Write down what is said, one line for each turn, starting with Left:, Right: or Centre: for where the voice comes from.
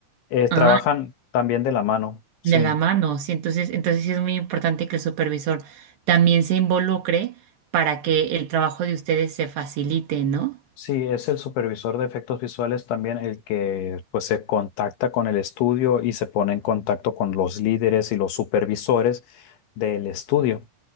Left: eh, trabajan
Right: Ah,
Left: también de la mano. Sí.
Right: de la mano. Sí, entonces, entonces sí es muy importante que el supervisor también se involucre para que el trabajo de ustedes se facilite, ¿no?
Left: Sí, es el supervisor de efectos visuales también el que pues se contacta con el estudio y se pone en contacto con los líderes y los supervisores del estudio.